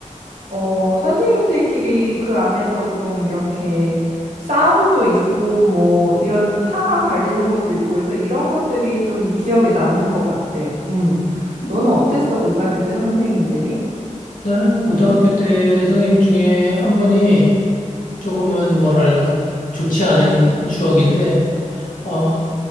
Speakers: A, on the right; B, on the left.
A: 어, 선생님들끼리 그 안에서 좀 이렇게 싸움도 있고, 뭐, 이런 파가 갈리는 것도 있고 해서 이런 것들이 좀 기억에 남는 것 같아. 음.
B: 음.
A: 너는 어땠어, 고등학교 때 선생님들이?
B: 나는 고등학교 때 선생님 중에 한 분이 조금은 뭐랄까 좋지 않은 추억인데 어